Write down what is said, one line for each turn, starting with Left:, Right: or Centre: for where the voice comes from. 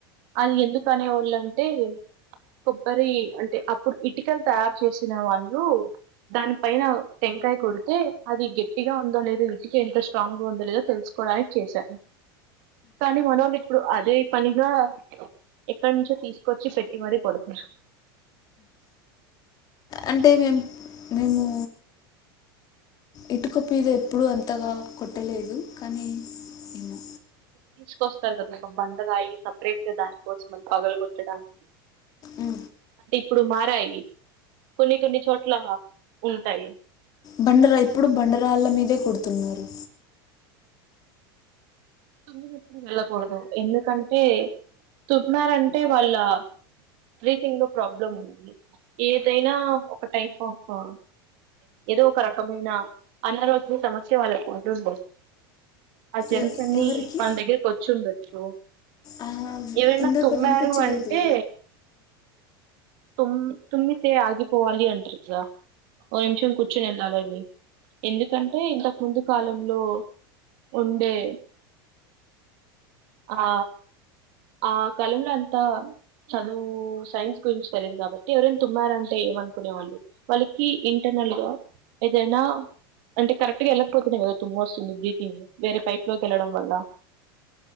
Right: అది ఎందుకు అనేవాళ్ళంటే కొబ్బరి అంటే అప్పుడు ఇటుకలు తయారు చేసిన వాళ్ళు దాని పైన టెంకాయ కొడితే అది గట్టిగా ఉందో లేదో ఇ ఎంత స్ట్రాంగ్ గా ఉందో లేదో తెలుసుకోవడానికి చేశారు కానీ మన వాళ్ళ ఇప్పుడు అదే పనిగా ఎక్కడ నుంచో తీసుకొచ్చి పెట్టి మరీ కొడతుారు
Left: అంటే మేము మేము ఇటుక మీద ఎప్పుడూ అంతగా కొట్టలేదు కానీ ఏమో
Right: తీసుకొస్తారు కదా ఒక బండరాయి సపరేట్ గా దానికోసం అని పగల కొట్టడానికి
Left: ఉ
Right: అంటే ఇప్పుడు మారాయి కొన్ని కొన్ని చోట్ల ఉంటాయి
Left: బండరా ఇప్పుడు బండరాళ్ళ మీదే కొడుతున్నారు
Right: తొర <unintelligible> వెళ్ళకూడదు ఎందుకంటే చెప్నారంటే వాళ్ళ బ్రీతింగ్ లో ప్రాబ్లమ్ ఉన్నది ఏదైనా ఒక టైప్ ఆఫ్ అ ఏదో ఒక రకమైన అనారోగ్య సమస్య వాళ్ళకు ఉంటుంది ఆ జెర్న్స్
Left: ఎ-
Right: అన్ని
Left: ఎవరికి
Right: మన దగ్గరకి వచ్చుండొచ్చు
Left: ఆ,
Right: ఏవైనా
Left: ఇందాక
Right: తుమ్మారు
Left: వినిపించలేదు
Right: అంటే తమ్ తుమ్మితే ఆగిపోవాలి అంట్రగా ఓ నిమిషం కూర్చుని వెళ్ళాలండి ఎందుకంటే ఇంతకు ముందు కాలంలో ఉండే ఆ ఆ కాలంలో అంతా చదువు సైన్స్ గురించి తెలీదు కాబట్టి ఎవరైనా తుమ్మారంటే ఏమనుకునే వాళ్ళు వాళ్ళకి ఇంటర్నల్ గా ఏదైనా అంటే కరెక్ట్గా వెళ్ళకపోతున్నాయి కదా తుమ్మ వస్తుంది బ్రీతింగ్ వేరే పైప్ లోకి వెళ్ళడం వల్ల